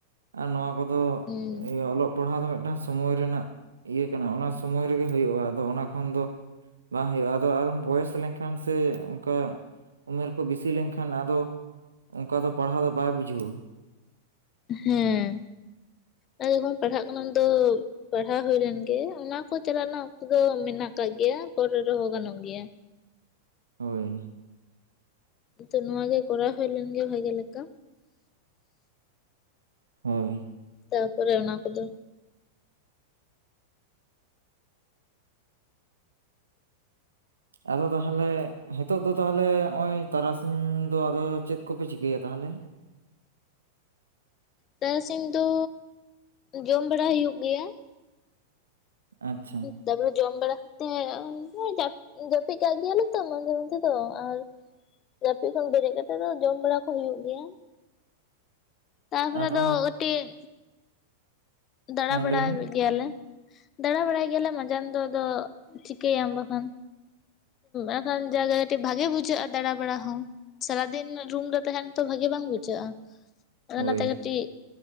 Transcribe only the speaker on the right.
ᱟᱨ ᱱᱚᱣᱟ ᱠᱚᱫᱚ
ᱚᱞᱚᱜ᱾ ᱯᱟᱲᱦᱟᱣ ᱫᱚ ᱢᱤᱫᱴᱟᱱ ᱥᱚᱢᱚᱭ ᱨᱮᱱᱟᱜ ᱤᱭᱟᱹ ᱠᱟᱱᱟ ᱚᱱᱟ ᱥᱚᱢᱚᱭ ᱨᱮᱜᱮ ᱦᱩᱭᱩᱜᱼᱟ ᱟᱫᱚ ᱚᱱᱟ ᱠᱷᱚᱱ ᱫᱚ᱾ ᱵᱟᱝ ᱦᱩᱭᱩᱜᱼᱟ ᱟᱫᱚ ᱟᱨᱦᱚᱢ ᱵᱚᱭᱮᱥ ᱞᱮᱱᱠᱷᱟᱱ ᱠᱷᱟᱱ ᱥᱮ ᱚᱱᱠᱟ ᱩᱢᱮᱨ ᱠᱚ ᱵᱤᱥᱤ ᱞᱮᱱᱠᱷᱟᱱ ᱟᱫᱚ ᱚᱱᱠᱟ ᱫᱚ ᱯᱟᱲᱦᱟᱣ ᱫᱚ ᱵᱟᱭ ᱵᱩᱡᱷᱟᱹᱣᱟ᱾
ᱦᱳᱭ
ᱦᱳᱭ
ᱟᱫᱚ ᱛᱟᱦᱚᱞᱮ ᱱᱤᱛᱳᱜ ᱫᱚ ᱛᱟᱦᱚᱞᱮ ᱱᱚᱜᱼᱚᱭ ᱛᱟᱨᱟᱥᱤᱧ ᱫᱚ ᱟᱫᱚ ᱪᱮᱫ ᱠᱚᱯᱮ ᱪᱤᱠᱟᱹᱭᱟ ᱛᱟᱦᱚᱞᱮ?
ᱟᱪᱪᱷᱟ
ᱟᱫᱚ
ᱦᱮᱸ
ᱞᱟᱹᱭ ᱢᱮ
ᱦᱳᱭ